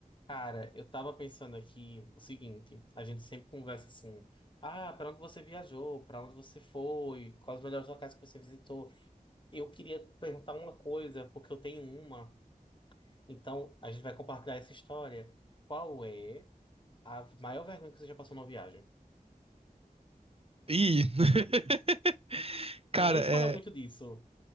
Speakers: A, on the left; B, on the right.
A: Cara, eu tava pensando aqui o seguinte, a gente sempre conversa assim, ah, pra onde você viajou, pra onde você foi, quais os melhores locais que você visitou. Eu queria perguntar uma coisa, porque eu tenho uma, então a gente vai compartilhar essa história. Qual é a maior vergonha que você já passou numa viagem?
B: Ih! <laughs> Cara,
A: Ninguém
B: é,
A: fala muito disso.